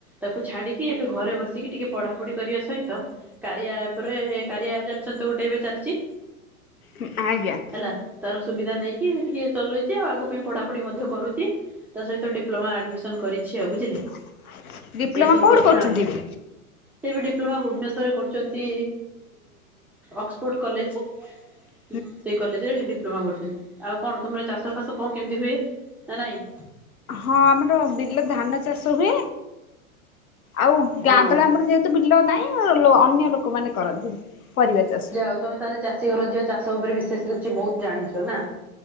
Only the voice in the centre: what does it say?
ତାକୁ ଛାଡିକି ଏବେ ଘରେ ବସିକି ଟିକେ ପଢା ପଢି କରିବା ସହିତ। କାରିଆ ଆପ୍ ରେ କାରିଆ ଆପ୍ ଜାଣିଛନ୍ତି ତ ଗୋଟେ ଏବେ ଚାଲିଛି।
ହେଲା ତାର ସୁବିଧା ନେଇକି ଟିକେ ଚଲେଇଛି ଆଉ ଆଗ ପାଇଁ ପଢାପଢି ମଧ୍ୟ କରୁଚି। ତା ସହିତ ଡିପ୍ଲୋମା ଆଡ଼ମିସନ୍ କରିଛି ଆଉ ବୁଝିଲେ।
ଏଇଆ ସବୁ
କଥା।
ସେ ଏବେ ଡିପ୍ଲୋମା ଭୁବନେଶ୍ୱରରେ କରୁଛନ୍ତି ଅକ୍ସଫୋର୍ଡ଼ କଲେଜ।
ହୁଁ ସେ। କଲେଜରେ ସେ ଡିପ୍ଲୋମା କରୁଛନ୍ତି ଆଉ କଣ ତୁମର ଚାଷ ଫାସ କଣ କେମିତି ହୁଏ ନା ନାଇଁ।
ହଁ
ଆଉ ତମେ ତାହେଲେ ଚାଷୀ ଘର ଝିଅ ଚାଷ ଉପରେ ବିଶେଷ କିଛି ବହୁତ ଜାଣିଛ ନା।